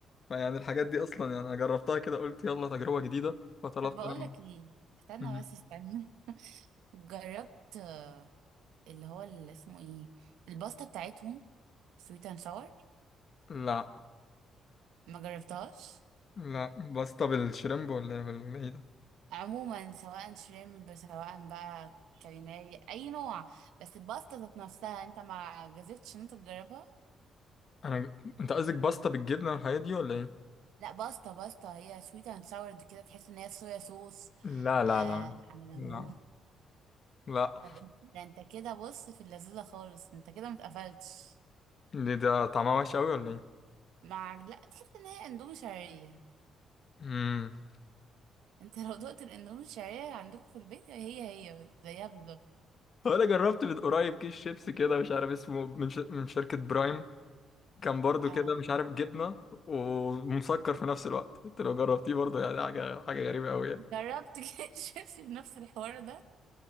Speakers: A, on the left; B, on the right.
A: فيعني الحاجات دي اصلا يعني انا جربتها كده قلت يلا تجربه جديده فطلبت
B: طب بقول
A: انا
B: لك ايه استنى
A: مم.
B: بس استنى <laughs> جربت آه، اللي هو اللي اسمه ايه الباستا بتاعتهم سويت اند ساور
A: لا
B: ما جربتهاش
A: لا باستا بالشريمب ولا ايه بال- إيه ده
B: عموما سواء شريمب سواء بقى كاليماري اي نوع بس الباستا ذات نفسها انت ما جازفتش ان انت تجربها
A: انا ج- انت قصدك باستا بالجبنه والحاجات دي ولا ايه
B: لا باستا باستا هي سويت اند ساور كده تحس ان هي صويا صوص
A: لا لا
B: آه
A: لا
B: على ليمون
A: لا لا
B: طب ده انت كده بص في اللذيذه خالص انت كده متقفلتش
A: ليه ده طعمها وحش قوي ولا ايه
B: مع لا تحس ان هي اندومي شعريه
A: امم
B: انت لو دقت الاندومي الشعريه عندكم في البيت هي هي زيها بالظبط
A: طب انا جربت من قريب كيس شيبسي كده مش عارف اسمه من ش... من شركه برايم كان برضو
B: اه
A: كده مش عارف جبنه ومسكر في نفس الوقت انت لو جربتيه برضو يعني حاجه حاجه غريبه قوي يعني
B: جربت كده <laughs> شيبسي بنفس الحوار ده